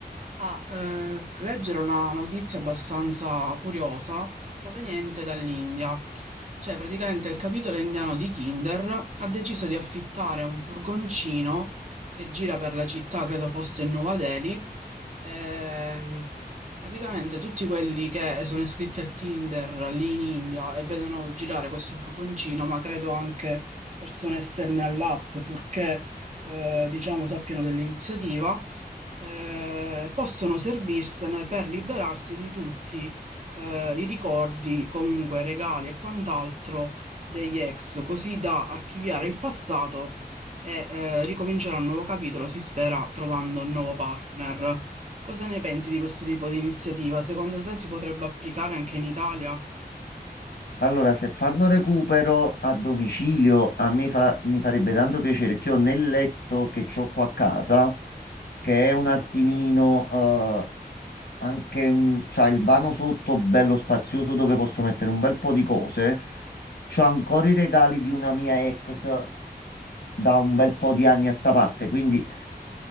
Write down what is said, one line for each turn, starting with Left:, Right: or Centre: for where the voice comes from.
Right: a eh, leggere una notizia abbastanza curiosa proveniente dall'India. Cioè, praticamente il capitolo indiano di Tinder ha deciso di affittare un furgoncino che gira per la città, credo fosse in Nuova Delhi, e praticamente tutti quelli che sono iscritti a Tinder lì in India e vedono girare questo furgoncino, ma credo anche persone esterne all'app, purché eh, diciamo sappiano dell'iniziativa, eh, possono servirsene per liberarsi di tutti eh, i ricordi, comunque regali e quant'altro degli ex, così da archiviare il passato e eh, ricominciare un nuovo capitolo, si spera, trovando un nuovo partner. Cosa ne pensi di questo tipo di iniziativa? Secondo te si potrebbe applicare anche in Italia?
Left: Allora, se fanno recupero a domicilio, a me fa- mi farebbe tanto piacere che ho nel letto che ho qua a casa, che è un
Right: Mhm.
Left: attimino eh, anche un, c'ha il vano sotto bello spazioso dove posso mettere un bel po' di cose. C'ho ancora i regali di una mia ex da un bel po' di anni a sta parte, quindi